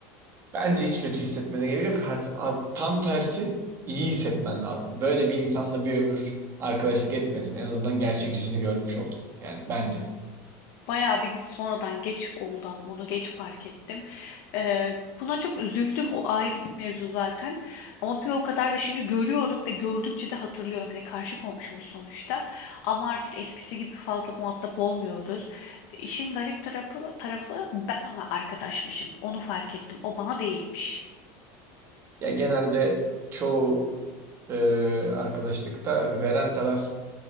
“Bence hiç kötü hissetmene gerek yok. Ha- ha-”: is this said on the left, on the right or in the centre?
Right